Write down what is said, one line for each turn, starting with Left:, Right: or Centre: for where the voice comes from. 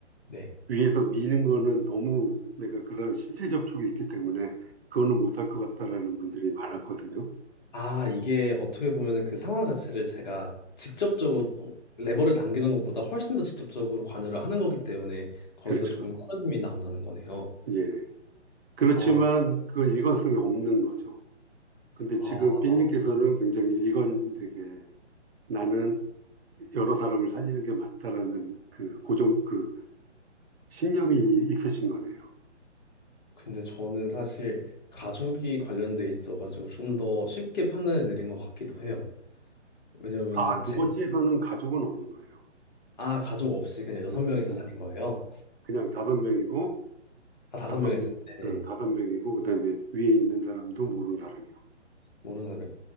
Left: 네.
Right: 위에서 미는 거는 너무 내가 그 사람 신체 접촉이 있기 때문에 그거는 못할 것 같다라는 분들이 많았거든요.
Left: 아, 이게 어떻게 보면은 그 상황 자체를 제가 직접적으로 어, 레버를 당기는 것보다 훨씬 더 직접적으로 관여를 하는 거기 때문에 거기서
Right: 그렇죠.
Left: 조금 꺼짐이 나온다는 거네요.
Right: 예. 그렇지만
Left: 아,
Right: 그건 일관성이 없는 거죠. 근데
Left: 아,
Right: 지금 삐님께서는 굉장히 일관되게 나는 여러 사람을 살리는 게 맞다라는 그 고정 그 신념이 있으신 거네요.
Left: 근데 저는 사실 가족이 관련돼 있어가지고 좀 더 쉽게 판단을 내린 것 같기도 해요. 왜냐면은
Right: 아, 두
Left: 제,
Right: 번째에서는 가족은 없는 거예요.
Left: 아, 가족 없이 그냥 여섯
Right: 그-
Left: 명의
Right: 그냥
Left: 사람인 거예요.
Right: 그냥 다섯 명이고
Left: 아, 다섯
Right: 다섯
Left: 명의
Right: 명
Left: 사람, 네네.
Right: 어, 다섯 명이고 그다음에 위에 있는 사람도 모르는 사람이고
Left: 모르는 사람이.